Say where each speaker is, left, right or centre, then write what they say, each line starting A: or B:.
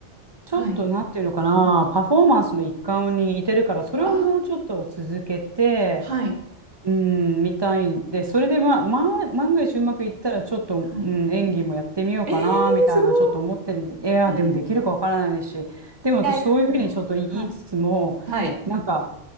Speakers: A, on the right (about 25°); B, on the right (about 70°).
A: ちょっとなんていうのかな、
B: はい。うん
A: パフォーマンスの一環に似てるから、それをもうちょっと続けて、
B: ああ。はい、
A: うん、みたいんで、それで、まあ、まあ、万が一うまくいったら、ちょっと、
B: はい。
A: うん、演技もやってみようかな、
B: ええ、
A: みたいな、
B: すごい。
A: ちょっと思ってるんで、いや、
B: はい。
A: でもできるかわからないし、
B: い
A: でも私、
B: やいや、
A: そういうふうにちょっと言いつつも、
B: でもはい、はい。
A: なんか、